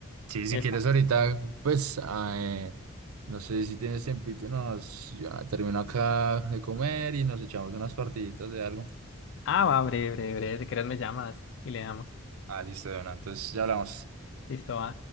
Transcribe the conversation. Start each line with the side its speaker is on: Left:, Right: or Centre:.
Right: Sí, si
Left: Epa.
Right: quieres ahorita, pues, ah, eh, no sé si tienes tiempito, nos, ya termino acá de comer y nos echamos unas partiditas de algo.
Left: Ah, va, breve, breve, breve, si quieres me llamas y le damos.
Right: Ah, listo, bueno, entonces ya hablamos.
Left: Listo, va.